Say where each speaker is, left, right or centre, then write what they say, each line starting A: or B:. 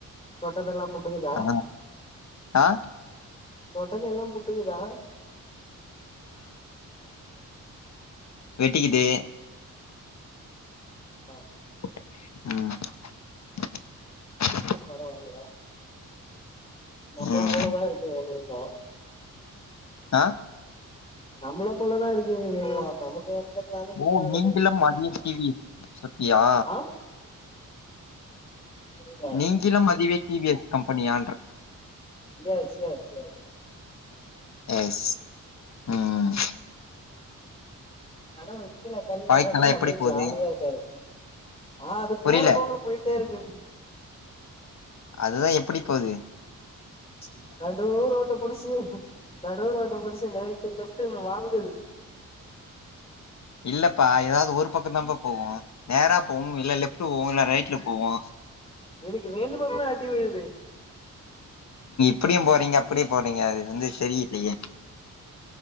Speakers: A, on the left; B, on the left.
A: தொட்டதெல்லாம் புட்டுக்குதா
B: ஆ, ஆ
A: தொட்டதெல்லாம் புட்டுக்குதா
B: வெட்டிக்கிது
A: ஆஹ
B: <inaudible>
A: பரவால நம்மள
B: ம்.
A: போலதான் இருக்கே ஹலோ
B: ஆஹ.
A: நம்மள போலதா இருக்கீங்க நீங்களு நமக்கு. <unintelligible>
B: ஓ
A: ஆகுது
B: நீங்களு மதியம் டிவி சத்தியா.
A: ஆ புரியல
B: நீங்கிலும் மதிவே டிவிஎஸ். கம்பெனி ஆன்டர்.
A: எஸ் எஸ் எஸ்.
B: எஸ் உம்.
A: கட ஒரு. கீழ தள்ளி
B: வாழ்க்கைலாம்
A: விடறதுனா அப்டியே
B: எப்படி போகுது
A: ஜாலியா இருக்காரு. ஆ அது
B: புரியல
A: போற போக்குல போயிட்டே இருக்கு.
B: அதுதா எப்டி போது.
A: ம்ச் நடு‌ ரோட்ட புடுச்சு. நடுரோட்ட புடுச்சு <unintelligible> வாங்குனது.
B: இல்லப்பா ஏதாவது ஒரு பக்கந்தாப்பா போவு. நேரா போவும் இல்ல லெஃப்ட்ல போவும் இல்ல ரைட்ல போவும்.
A: எனக்கு ரெண்டு பக்கமே அடி விழுது.
B: இப்படியும் போறீங்க அப்படியும் போறீங்க அதுலருந்து சேரி இப்ப எ.